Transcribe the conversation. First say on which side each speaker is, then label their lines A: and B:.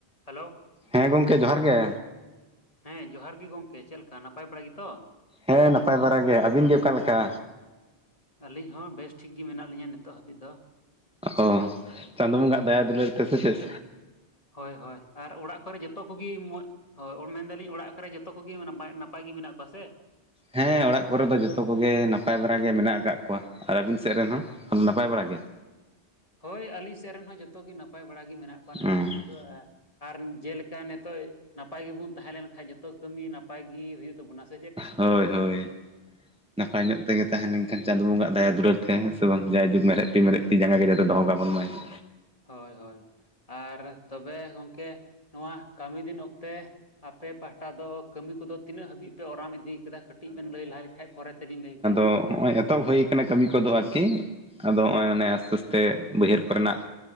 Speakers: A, on the left; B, in the centre.
A: Hello
B: ᱦᱮᱸ ᱜᱚᱝᱠᱮ ᱡᱚᱦᱟᱨ ᱜᱮ?
A: ᱦᱮᱸ ᱡᱚᱦᱟᱨ ᱜᱮ ᱜᱚᱝᱠᱮ ᱾ ᱪᱮᱫ ᱞᱮᱠᱟ ᱱᱟᱯᱟᱭ ᱵᱟᱲᱟ ᱜᱮᱛᱚ?
B: ᱦᱮᱸ ᱱᱟᱯᱟᱭ ᱵᱟᱟᱨᱟᱜ ᱜᱮ ᱾ ᱟᱹᱵᱤᱱ ᱜᱮ ᱚᱠᱟ ᱞᱮᱠᱟ?
A: ᱟᱹᱞᱤᱧ ᱦᱚᱸ ᱵᱮᱥ ᱴᱷᱤᱠ ᱜᱮ ᱢᱮᱱᱟᱜ ᱞᱤᱧᱟᱹ ᱱᱤᱛᱚᱜ ᱦᱟᱹᱵᱤᱡ ᱫᱚ ᱾
B: ᱚᱻ ᱪᱟᱸᱫᱚ ᱵᱚᱸᱜᱟ ᱟᱜ ᱫᱟᱭᱟ ᱫᱩᱞᱟᱹᱲ ᱛᱮ ᱥᱮ ᱪᱮᱫ?
A: ᱦᱳᱭ ᱦᱳᱭ ᱾ ᱟᱨ ᱚᱲᱟᱜ ᱠᱚᱨᱮ ᱡᱚᱛᱚ ᱠᱚᱜᱮ ᱢᱚᱡᱽ ᱦᱳᱭ ᱚ ᱢᱮᱱᱫᱟ ᱞᱤᱧ ᱚᱲᱟᱜ ᱠᱚᱨᱮ ᱡᱚᱛᱚ ᱠᱚᱜᱮ ᱱᱟᱯᱟᱭ ᱱᱟᱯᱟᱭ ᱜᱮ ᱢᱮᱱᱟᱜ ᱠᱚᱣᱟ ᱥᱮ?
B: ᱦᱮᱸ ᱾ ᱚᱲᱟᱜ ᱠᱚᱨᱮ ᱫᱚ ᱡᱚᱛᱚ ᱠᱚᱜᱮ ᱱᱟᱯᱟᱭ ᱵᱟᱲᱟᱜ ᱜᱮ ᱢᱮᱱᱟᱜ ᱟᱠᱟᱫ ᱠᱚᱣᱟ ᱾ ᱟᱨ ᱟᱹᱵᱤᱱ ᱥᱮᱫ ᱨᱮᱱ ᱦᱚᱸ ᱾ ᱟᱫᱚ ᱱᱟᱯᱟᱭ ᱵᱟᱲᱟ ᱜᱮ ᱾
A: ᱦᱳᱭ ᱾ ᱟᱹᱞᱤᱧ ᱥᱮᱫ ᱨᱮᱱ ᱦᱚᱸ ᱡᱚᱛᱚ ᱜᱮ ᱱᱟᱯᱟᱭ ᱵᱟᱲᱟ ᱜᱮ ᱢᱮᱱᱟᱜ ᱠᱚᱣᱟ ᱱᱤᱛᱚᱜ
B: ᱦᱩᱸ
A: ᱦᱟᱹᱵᱤᱡ ᱫᱚ ᱾ ᱟᱨ ᱡᱮ ᱞᱮᱠᱟ ᱱᱤᱛᱚᱜ ᱱᱟᱯᱟᱭ ᱜᱮᱵᱚᱱ ᱛᱟᱦᱮᱸ ᱞᱮᱱ ᱠᱷᱟᱡ ᱡᱚᱛᱚ ᱠᱟᱹᱢᱤ ᱱᱟᱯᱟᱭ ᱜᱮ ᱦᱩᱭᱩᱜ ᱛᱟᱵᱚᱱᱟ ᱾
B: ᱦᱳᱭ ᱾ ᱦᱳᱭ ᱾ ᱱᱟᱯᱟᱭ ᱧᱚᱜ ᱛᱮᱜᱮ ᱛᱟᱦᱮᱸ ᱞᱮᱱᱠᱷᱟᱱ ᱪᱟᱸᱫᱚ ᱵᱚᱸᱜᱟ ᱦᱟᱜ ᱫᱟᱭᱟ ᱫᱩᱞᱟᱹᱲ ᱛᱮ ᱦᱮᱸ ᱥᱮ ᱵᱟᱝ ᱡᱟᱭ ᱡᱩᱜᱽ ᱢᱮᱬᱦᱮᱫ ᱢᱮᱬᱦᱮᱫ
A: ᱦᱳᱭ
B: ᱛᱤ ᱢᱮᱬᱦᱮᱫ ᱡᱟᱸᱜᱟ ᱡᱟᱛᱮ ᱫᱚᱦᱚ ᱠᱟᱵᱚᱱ ᱢᱟᱭ ᱾
A: ᱦᱳᱭ ᱦᱳᱭ ᱾ ᱟᱨ ᱛᱚᱵᱮ ᱜᱚᱢᱠᱮ ᱱᱚᱣᱟ ᱠᱟᱹᱢᱤ ᱫᱤᱱ ᱚᱠᱛᱮ ᱟᱯᱮ ᱯᱟᱦᱴᱟ ᱫᱚ ᱠᱟᱹᱢᱤ ᱠᱚᱫᱚ ᱛᱤᱱᱟᱹᱜ ᱦᱟᱹᱵᱤᱡ ᱛᱚ ᱚᱨᱟᱢ ᱤᱫᱤ ᱠᱟᱫᱟ ᱠᱟᱹᱴᱤᱡ ᱵᱮᱱ ᱞᱟᱹᱭ ᱞᱟᱦ ᱞᱮᱠᱷᱟᱡ ᱯᱚᱨᱮ ᱛᱮᱞᱤᱧ ᱞᱟᱹᱭ ᱠᱮᱭᱟ
B: ᱚ ᱱᱚᱜᱼᱚᱭ᱾ ᱚᱛᱚᱦᱚᱵ ᱦᱩᱭ ᱠᱟᱱᱟ ᱠᱟᱹᱢᱤ ᱠᱚᱫᱚ ᱟᱨᱠᱤ, ᱟᱫᱚ ᱱᱚᱜᱼᱚᱭ ᱢᱟᱱᱮ ᱟᱥᱛᱮ ᱟᱥᱛᱮ ᱵᱟᱹᱭᱦᱟᱹᱲ ᱠᱚᱨᱮᱱᱟᱜ